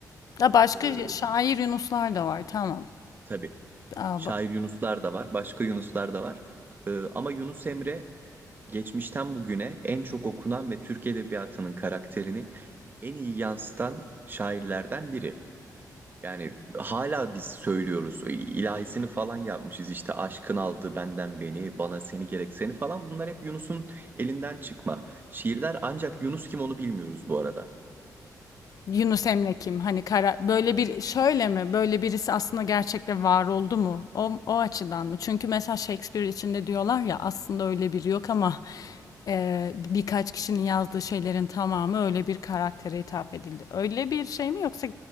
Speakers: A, on the left; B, on the right.
A: Ha, başka
B: Ee,
A: şair Yunuslar da var. Tamam.
B: tabii
A: A,
B: şair
A: ba
B: Yunuslar da var, başka Yunuslar da var. Ee, ama Yunus Emre geçmişten bugüne en çok okunan ve Türk edebiyatının karakterini en iyi yansıtan şairlerden biri. Yani hala biz söylüyoruz. ilahisini falan yapmışız işte aşkın aldı benden beni, bana seni gerek seni falan. Bunlar hep Yunus'un elinden çıkma şiirler. Ancak Yunus kim onu bilmiyoruz bu arada.
A: Yunus Emre kim? Hani kara, böyle bir şöyle mi? Böyle birisi aslında gerçekte var oldu mu? O, o açıdan mı? Çünkü mesela Shakespeare içinde diyorlar ya aslında öyle biri yok ama e, birkaç kişinin yazdığı şeylerin tamamı öyle bir karaktere hitap edildi. Öyle bir şey mi yoksa